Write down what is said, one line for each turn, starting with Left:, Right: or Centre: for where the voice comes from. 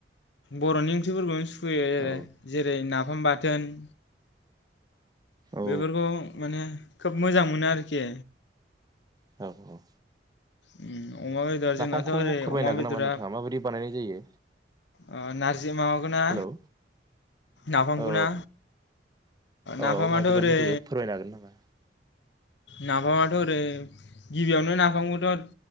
Left: बरनि ओंख्रिफोरखौनो सुखु फुयो
Right: औ
Left: जेरै नाफाम बाथो दोन
Right: औ
Left: बेफोरखौ माने खोब मोजां उन <inaudible> आरोखि
Right: औ
Left: उम अमा बेदर
Right: नाफामखौ
Left: जोंनाथ ओरै
Right: फोरमायनो
Left: अमा
Right: हागोन
Left: बेदरा
Right: नामा नोंथाङा माबायदि बानायनाय जायो
Left: ओ नारजि माबाखौना
Right: हेलौ
Left: नाफामखौ
Right: औ
Left: ना
Right: औ
Left: नाफामाथ
Right: माबायदि
Left: ओरै
Right: बानायनाय जायो फोरमायनो हागोन नामा
Left: नाफामाथ ओरै गिबियावनो नाफामखौथ